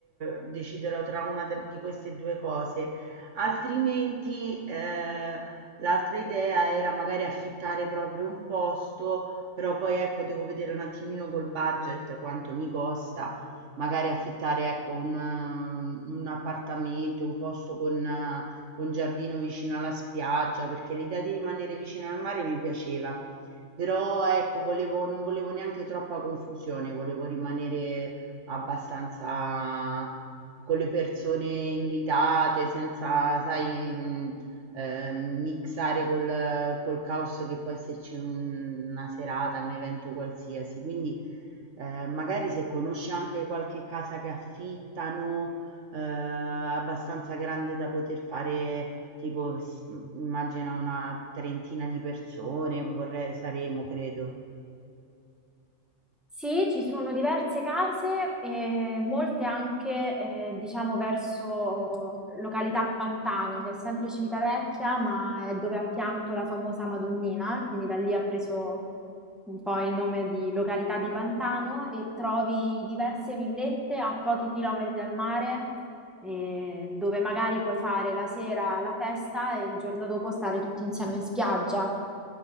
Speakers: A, on the right (about 70°); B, in the centre.
A: eh, deciderò tra una de- di queste due cose, altrimenti eh, l'altra idea era magari affittare proprio un posto, però poi ecco, devo vedere un attimino col budget quanto mi costa magari affittare ecco un, eh, un appartamento, un posto con, eh, con giardino vicino alla spiaggia, perché l'idea di rimanere vicino al mare mi piaceva. Però ecco, volevo, non volevo neanche troppa confusione, volevo rimanere abbastanza con le persone invitate, senza, sai, mh, eh, mixare col, col caos che può esserci in una serata, un evento qualsiasi. Quindi eh, magari se conosci anche qualche casa che affittano, eh, abbastanza grande da poter fare, tipo, s- immagina una trentina di persone, vorrei, saremo, credo.
B: Sì, ci sono diverse case, eh, molte anche, eh, diciamo, verso località Pantano, che è sempre Civitavecchia, ma è dove ha pianto la famosa Madonnina, quindi da lì ha preso un po' il nome di località di Pantano e trovi diverse villette a pochi chilometri dal mare, eh, dove magari puoi fare la sera la festa e il giorno dopo stare tutti insieme in spiaggia.